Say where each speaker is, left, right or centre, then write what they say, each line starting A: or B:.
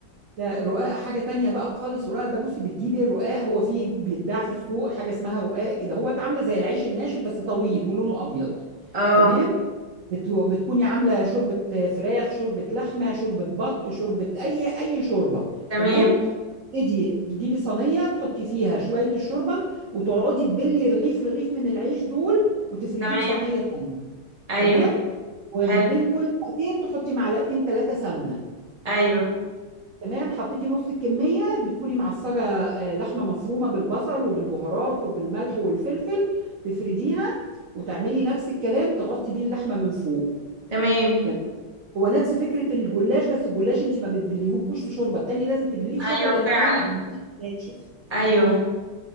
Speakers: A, on the right; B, on the right.
A: لا الرقاق حاجه تانية بقى خالص الرقاق ده بصي بتجيبي الرقاق هو فيه بيتباع في السوق حاجه اسمها رقاق كده هو عامله زي العيش الناشف بس طويل ولونه ابيض
B: اه
A: تمام بت- بتكوني عامله شوربه فراخ شوربه لحمه شوربه بط شوربه اي اي شوربه
B: تمام
A: تمام تبتدي تجيبي صينيه تحطي فيها شويه الشوربه وتقعدي تبلي رغيف رغيف من العيش دول وتفرديه
B: تمام
A: في صينيه تانية
B: ايوه
A: تمام وبين
B: حلو
A: كل وقتين تحطي معلقتين ثلاثه سمنه
B: ايوه
A: تمام حطيتي نص الكميه بتكوني معصجه آه، لحمه مفرومه بالبصل وبالبهارات وبالملح والفلفل تفرديها وتعملي نفس الكلام تغطي بيه اللحمه من فوق
B: تمام
A: تمام هو نفس فكره الجلاش بس الجلاش انت ما بتبليهوش في شوربه التاني لازم تبليه في شوربه
B: ايوه
A: لان
B: فعلا
A: هو عامل زي العيش الناشف
B: ايوه